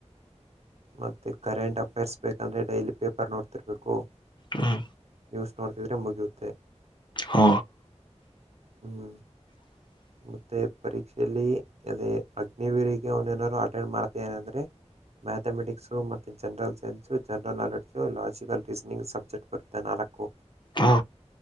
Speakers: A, on the right; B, on the left.
A: ಮತ್ತೆ ಕರೆಂಟ್ ಅಫೇರ್ಸ್ ಬೇಕಂದ್ರೆ ಡೈಲಿ ಪೇಪರ್ ನೋಡ್ತಿರ್ಬೇಕು
B: ಹ್ಮ
A: ನ್ಯೂಸ್ ನೋಡ್ತಿದ್ರರೆೆ ಮುಗಿಯುತ್ತೆ
B: ಹ
A: ಹ್ಮ್
B: <inaudible>
A: ಮತ್ತೆ ಪರೀಕ್ಷೆಯಲ್ಲಿ ಅದೇ ಅಗ್ನಿವೀರಿಗೆ ಅವನ್ ಏನಾದರು ಅಟೆಂಡ್ ಮಾಡ್ತ ಏ ಅಂದ್ರೆ ಮ್ಯಾಥಮೆಟಿಕ್ಸು ಮತ್ತು general science general knowledge logical reasoning subject ಬರುತ್ತೆ ನಾಲ್ಕು
B: ಹಾ